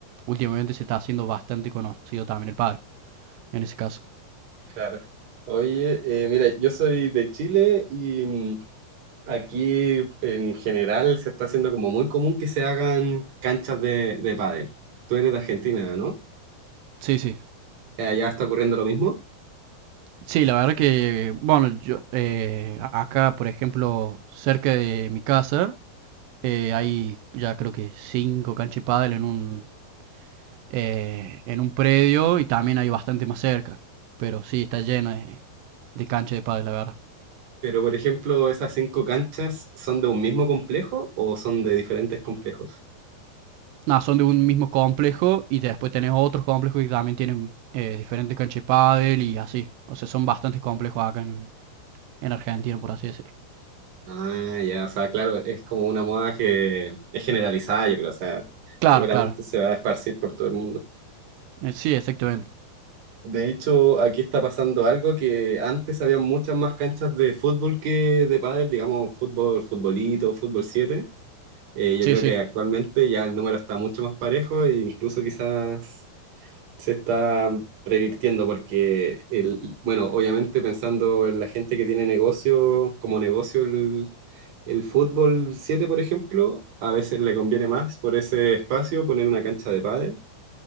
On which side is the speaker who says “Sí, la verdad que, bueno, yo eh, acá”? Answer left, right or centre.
Right